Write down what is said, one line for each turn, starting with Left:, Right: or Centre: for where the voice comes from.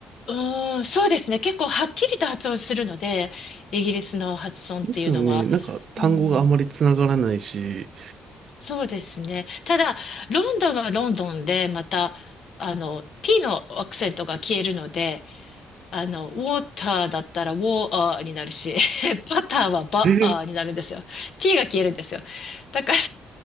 Left: うーん、そうですね。結構はっきりと発音するので、イギリスの発音っていうのは。
Right: ですよね。なんか単語があまりつながらないし、
Left: うん、そうですね。ただ、ロンドンはロンドンで、また、あの、t のアクセントが消えるので、あの、ウォーターだったらウォーアーになるし、<laughs> バターはバアーになるんですよ。
Right: え、
Left: t が消えるんですよ。だから